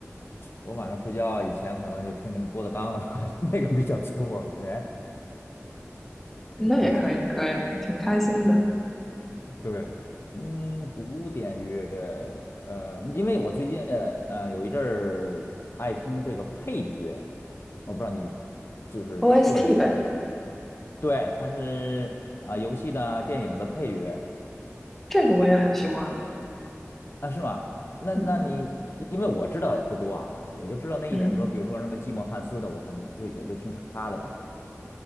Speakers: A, on the left; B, in the centre.
A: 我晚上睡觉以前可能就听听郭德纲的吧，<laughs> 那个比较催我眠。
B: 那也可以，
A: 对。
B: 可以，挺开心的。
A: 对，嗯，古典乐，呃，因为我最近呃有一阵儿爱听这个配乐，我不知道你就是涉猎过这些吗？
B: OST 呗，
A: 对，它是啊、游戏的啊、电影的配乐
B: 这个我也很喜欢。
A: 啊，是吗？那那你因为我知道也不多啊，
B: 嗯。
A: 也就知道那一两个，
B: 嗯
A: 比如说什么寂寞汉斯的，我可能就也就听他的吧。